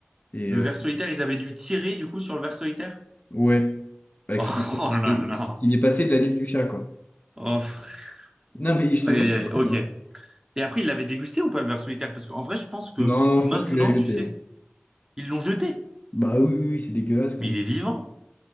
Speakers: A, on the left; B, on the right.
A: Et
B: Le
A: euh,
B: ver solitaire, ils avaient dû tirer, du coup, sur le ver solitaire?
A: ouais, bah,
B: Oh,
A: qu'il est,
B: <laughs>
A: qu'il
B: oh là
A: est
B: là.
A: qu'il est passé de l'anus du chat, quoi.
B: Oh, frère.
A: Non, mais je
B: Aïe,
A: te vois
B: aïe, aïe, ok.
A: ça. Non,
B: Et après, il l'avait dégusté ou pas, le ver solitaire? Parce qu'en vrai, je pense que
A: non, je
B: maintenant,
A: pense qu'il l'a jeté.
B: tu sais,
A: hein.
B: ils l'ont jeté.
A: Bah oui, oui, oui, c'est dégueulasse quand
B: Mais
A: même.
B: il est vivant.